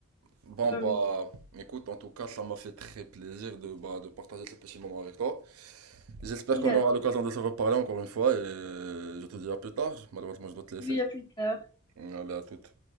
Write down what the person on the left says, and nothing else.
Euh,
également.
Oui, à plus tard.